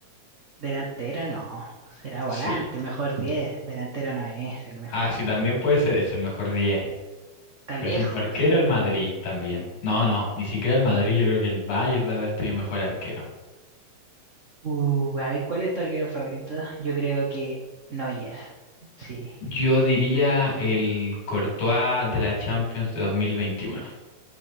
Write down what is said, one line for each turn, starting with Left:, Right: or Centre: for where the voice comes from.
Right: Delantero no, será volante,
Left: sí.
Right: mejor diez Delantero no es el mejor.
Left: Ah, sí, también puede ser eso, el mejor 10.
Right: Está
Left: Por
Right: lejos.
Left: ejemplo, arquero el Madrid también. No, no, ni siquiera el Madrid. Yo creo que el Bayern debe haber tenido mejor arquero.
Right: Uh, a ver, ¿cuál es tu arquero favorito? Yo creo que Neuer. Sí,
Left: Yo diría el Courtois de la Champions de 2021.